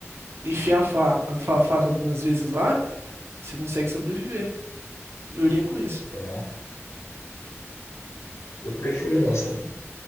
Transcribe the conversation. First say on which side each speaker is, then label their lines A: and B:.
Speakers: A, on the right; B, on the left.
A: enfiar a, fa- a faca algumas vezes lá, você consegue sobreviver. Eu iria com isso.
B: é. Eu prefiro não também.